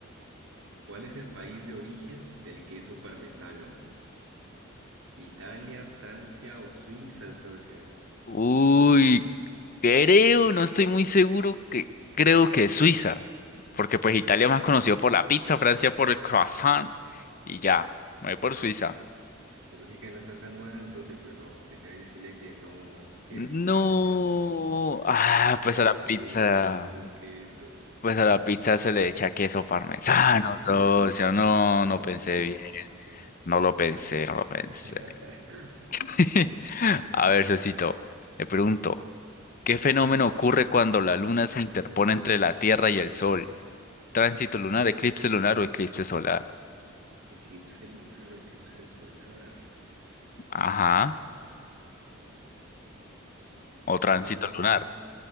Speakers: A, on the right; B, on the left.
A: ¿Cuál es el país de origen del queso parmesano? Italia, Francia o Suiza, socio.
B: Uy, creo, no estoy muy seguro que creo que es Suiza, porque pues Italia es más conocido por la pizza, Francia por el croissant y ya, me voy por Suiza.
A: Mm, Su lógica no está tan mal, socio, pero déjame decirle que no, que
B: No,
A: es Italia, socio.
B: ah,
A: Italia
B: pues a la pizza,
A: también produce unos quesos.
B: pues a la pizza se le echa queso parmesano,
A: Sí,
B: socio,
A: sí.
B: no, no pensé
A: No,
B: bien,
A: socio.
B: no lo pensé, no lo pensé.
A: <laughs>
B: <laughs> A ver, socito, le pregunto, ¿qué fenómeno ocurre cuando la luna se interpone entre la Tierra y el Sol? Tránsito lunar, eclipse lunar o eclipse solar.
A: Eclipse lunar o eclipse solar.
B: Ajá.
A: A ver,
B: O
A: qué
B: tránsito
A: fenómeno.
B: lunar.